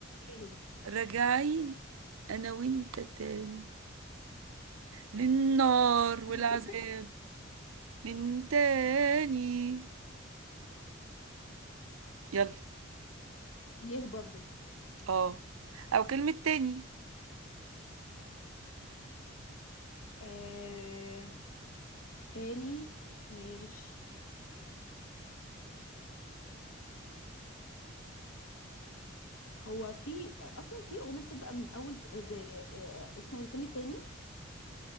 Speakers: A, on the left; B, on the right.
A: ايه
B: رجعي انا وانت تاني للنار والعذاب
A: <laughs>
B: من تاني يلا
A: يه برضو
B: اه او كلمة تاني
A: آه تاني ماشي هو في أصلا في أغنية بتبدأ من أول ت- ب... آه، اسم الكلمة تاني